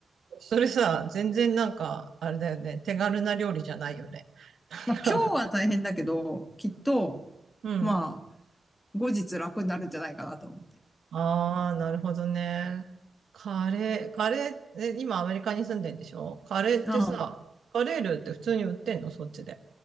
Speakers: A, on the right; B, on the left.
A: それさ、全然なんか、あれだよね。手軽な料理じゃないよね。なんか、
B: まあ、今日は大変だけど、きっと、
A: うん。
B: まあ、
A: うん。
B: 後日楽になるんじゃないかなと思ってる。
A: ああ、なるほどね。カレー、カレー、え、今アメリカに住んでんでしょカレーってさ、
B: あ
A: カレールーって普通に売ってんのそっちで。